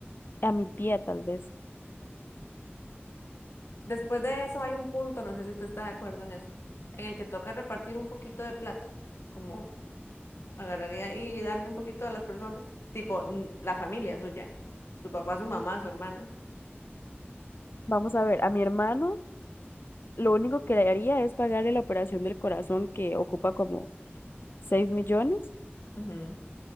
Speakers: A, on the left; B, on the left.
A: a mi tía tal vez.
B: Después de eso hay un punto, no sé si usted está de acuerdo en eso, en el que toca repartir un poquito de plata, como agarraría ahí y darle un poquito a las personas, tipo mm, la familia suya, su papá, su mamá, su hermana.
A: Vamos a ver, a mi hermano, lo único que le haría es pagarle la operación del corazón que ocupa como 6 millones,
B: Ujú.